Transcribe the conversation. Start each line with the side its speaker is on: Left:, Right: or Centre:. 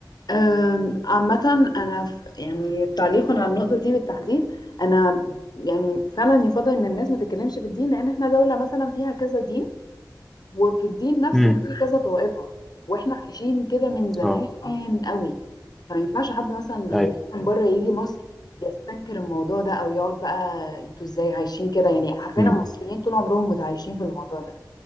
Left: أم، عامة أنا ف- يعني تعليقا على النقطة دي بالتحديد أنا يعني فعلا يفضل إن الناس ما تتكلمش في الدين لأن إحنا دولة مثلا فيها كذا دين وفي الدين نفسه
Centre: امم
Left: في كذا طائفة واحنا عايشين كده من زمان
Centre: اه
Left: قوي فما ينفعش حد مثلا
Centre: ايوه
Left: غريب من بره يجي مصر يستنكر الموضوع ده او يقعد بقى انتوا ازاي عايشين كده يعني حرفيا
Centre: امم
Left: المصريين طول عمرهم متعايشين في الموضوع ده